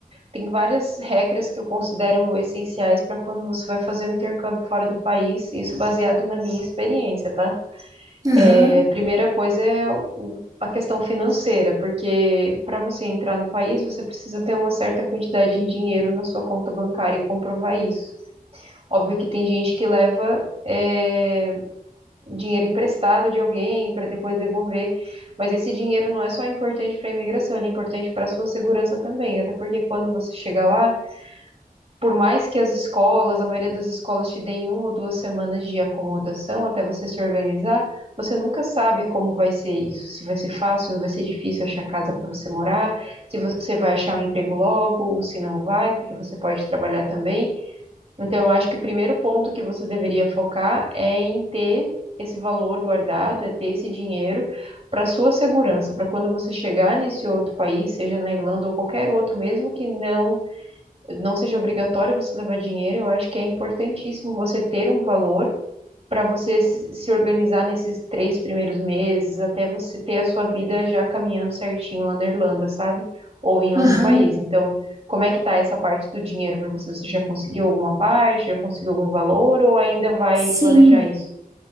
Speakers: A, on the right; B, on the right.
A: tem várias regras que eu considero essenciais para quando você vai fazer um intercâmbio fora do país, isso baseado na minha experiência, tá?
B: Aham,
A: É, primeira coisa é o- a questão financeira, porque para você entrar no país, você precisa ter uma certa quantidade de dinheiro na sua conta bancária e comprovar isso. Óbvio que tem gente que leva. é, dinheiro emprestado de alguém para depois devolver. Mas esse dinheiro não é só importante para a imigração, ele é importante para a sua segurança também. Até porque quando você chega lá, por mais que as escolas, a maioria das escolas te deem uma ou duas semanas de acomodação até você se organizar, você nunca sabe como vai ser isso. Se vai ser fácil, vai ser difícil achar casa para você morar, se você vai achar um emprego logo, ou se não vai, porque você pode trabalhar também. Então, eu acho que o primeiro ponto que você deveria focar é em ter esse valor guardado, é ter esse dinheiro para sua segurança, para quando você chegar nesse outro país, seja na Irlanda ou qualquer outro, mesmo que não não seja obrigatório você levar dinheiro, eu acho que é importantíssimo você ter um valor para você se se organizar nesses três primeiros meses, até você ter a sua vida já caminhando certinho lá na Irlanda, sabe? Ou em
B: aham,
A: outro país. Então, como é que tá essa parte do dinheiro para você? Você já conseguiu alguma parte? Já conseguiu algum valor? Ou ainda vai
B: sim.
A: planejar isso?